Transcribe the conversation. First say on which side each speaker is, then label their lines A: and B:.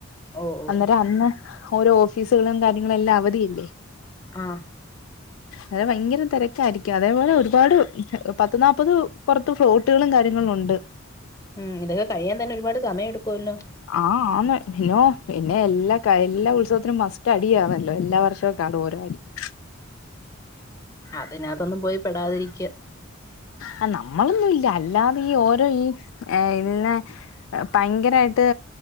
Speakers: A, on the left; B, on the left.
A: ഓ ഓ
B: അന്നേരം അന്ന് ഓരോ ഓഫീസുകളും കാര്യങ്ങളും എല്ലാം അവധിയില്ലേ
A: ആഹ്
B: അതെ ഭയങ്കരം തിരക്കായിയിരിക്കും അതേപോലെ ഒരുപാട് പത്ത് നാപത് പുറത്ത് ഫ്ലോട്ടുകളും കാര്യങ്ങളും ഉണ്ട്
A: ഉം ഇതൊക്കെ കഴിയാൻ തന്നെ ഒരുപാട് സമയം എടുക്കുവല്ലോ
B: ആഹ് ആന്ന് നോ പിന്നെ എല്ലാ എല്ലാ ഉത്സവത്തിനും മസ്റ്റ് അടിയാണല്ലോ എല്ലാ <unintelligible>
A: അതിന് അതൊന്നും പോയി പെടാതിരിക്ക
B: ആ നമ്മളൊന്നും ഇല്ല അല്ലാതെ ഈ ഓരോ ഈ ഏ ഇല്ല പയങ്കരായിട്ട്